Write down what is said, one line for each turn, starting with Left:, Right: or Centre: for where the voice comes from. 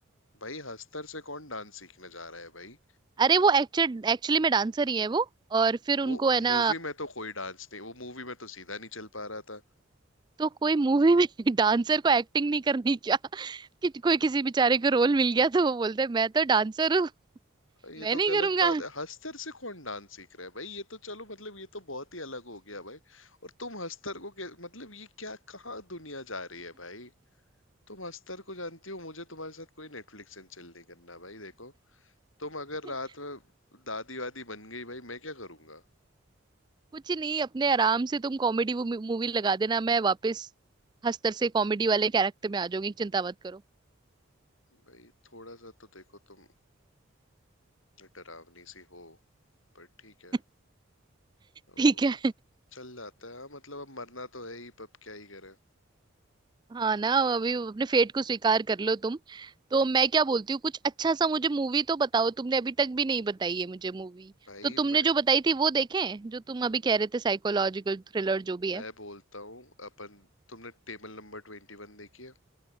Left: भाई हस्तर से कौन डांस सीखने जा रहा है भाई
Right: अरे वो एक्चुअल एक्चुअली में डांसर ही है वो और फिर
Left: वो
Right: उनको है ना
Left: मूवी में तो कोई डांस नहीं वो मूवी में तो सीधा नहीं चल पा रहा था
Right: तो कोई मूवी में <laughs> डांसर को एक्टिंग नहीं करनी क्या कि कोई किसी बेचारे को रोल मिल गया तो वो बोलते हैं मैं तो डांसर हूँ
Left: ये
Right: मैं
Left: तो
Right: नहीं
Left: गलत
Right: करूंगा
Left: बात है हस्तर से कौन डांस सीख रहा है भाई ये तो चलो मतलब ये तो बहुत ही अलग हो गया भाई और तुम हस्तर को कै- मतलब ये क्या कहाँ दुनिया जा रही है भाई तुम हस्तर को जानती हो मुझे तुम्हारे साथ कोई नेटफ्लिक्स एंड चिल नहीं करना भाई देखो तुम अगर
Right: <laughs>
Left: रात में दादी वादी बन गई भाई मैं क्या करूंगा
Right: कुछ नहीं अपने आराम से तुम कॉमेडी मूवी लगा देना मैं वापस हस्तर से कॉमेडी वाले कैरेक्टर में आ जाऊंगी चिंता मत करो
Left: भाई थोड़ा सा तो देखो तुम डरावनी सी हो पर ठीक है
Right: <laughs> ठीक
Left: वो
Right: है
Left: चल जाता है हाँ मतलब अब मरना तो है ही पर अब क्या ही करें
Right: हाँ ना अभी अपने फेट को स्वीकार कर लो तुम तो मैं क्या बोलती हूँ कुछ अच्छा सा मुझे मूवी तो बताओ तुमने अभी तक भी नहीं बताई है मुझे मूवी
Left: भाई
Right: तो तुमने
Left: मैं
Right: जो बताई थी वो देखें जो तुम अभी कह रहे थे साइकोलॉजिकल थ्रिलर जो भी
Left: मैं
Right: है
Left: बोलता हूँ अपन तुमने टेबल नंबर ट्वेंटी वन देखी है